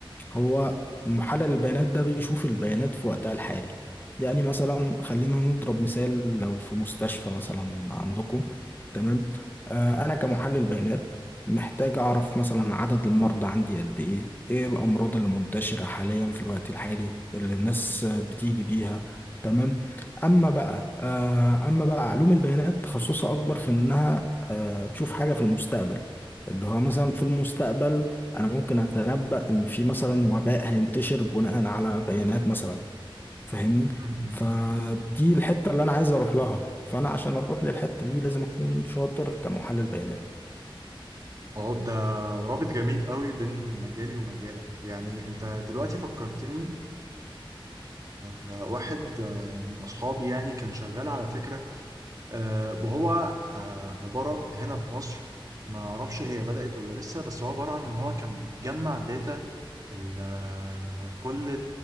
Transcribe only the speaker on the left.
هو محلل البيانات ده بيشوف البيانات في وقتها الحالي يعني مثلا خلينا نضرب مثال لو في مستشفى مثلا عندكم تمام آه انا كمحلل بيانات محتاج اعرف مثلا عدد المرضى عندي قد ايه ايه الامراض اللي منتشرة حاليا في الوقت الحالي اللي الناس آه، بتيجي بيها تمام اما بقى آه اما بقى علوم البيانات تخصصها اكبر في انها آه تشوف حاجة في المستقبل اللي هو مثلا في المستقبل انا ممكن اتنبأ ان في مثلا وباء هينتشر بناء على بيانات مثلا فاهمني
فدي الحتة اللي انا عايز اروح لها فانا عشان اروح للحتة دي لازم اكون شاطر كمحلل بيانات